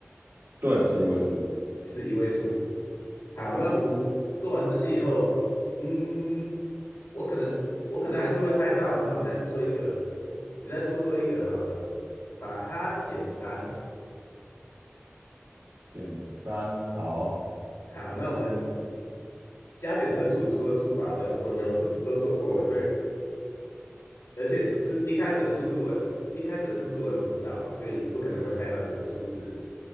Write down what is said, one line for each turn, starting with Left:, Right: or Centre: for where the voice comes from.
Right: 对，是一位数，
Left: 是一位数。好，那我们做完这些以后，嗯，我可能我可能还是会猜到，那我们再做一个，你再多做一个好了，把它减三。
Right: 选三，好，
Left: 好，那我们加减乘除，除了除法没有做就 <laughs> 都做过了，这个而且只是一开始的速度我也，一开始的数字我也不知道嘛，所以不可能会猜到这个数字。